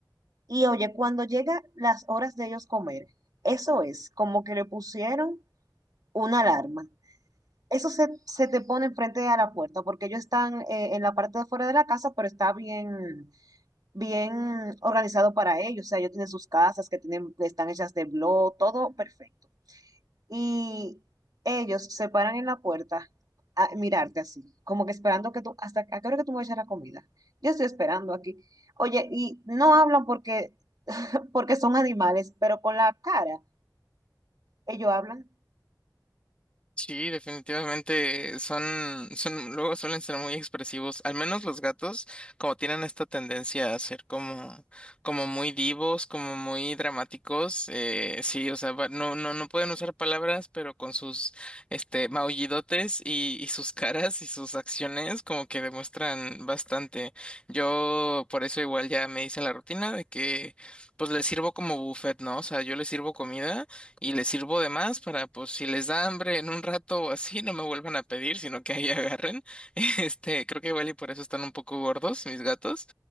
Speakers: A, on the right; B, on the left.
A: Y oye, cuando llega las horas de ellos comer, eso es como que le pusieron una alarma Eso se, se te pone enfrente a la puerta, porque ellos están eh, en la parte de fuera de la casa, pero está bien, bien organizado para ellos. O sea, ellos tienen sus casas que tienen, que están hechas de blog, todo perfecto. Y ellos se paran en la puerta a mirarte así, como que esperando que tú, hasta a qué hora que tú me vas a echar la comida. Yo estoy esperando aquí. Oye, y no hablan porque, <laughs> porque son animales, pero con la cara, ellos hablan.
B: Sí, definitivamente eh, son, son, luego suelen ser muy expresivos. Al menos los gatos, como tienen esta tendencia a ser como, como muy divos, como muy dramáticos. Eh, sí, o sea, va- no, no, no pueden usar palabras, pero con sus, este, maullidotes y, y sus caras y sus acciones, como que demuestran bastante. Yo, por eso igual ya me hice la rutina de que, pues les sirvo como buffet, ¿no? O sea, yo les sirvo comida y les sirvo de más para, pues, si les da hambre en un rato o así, no me vuelvan a pedir, sino que ahí agarren. <laughs> Este, creo que igual y por eso están un poco gordos mis gatos,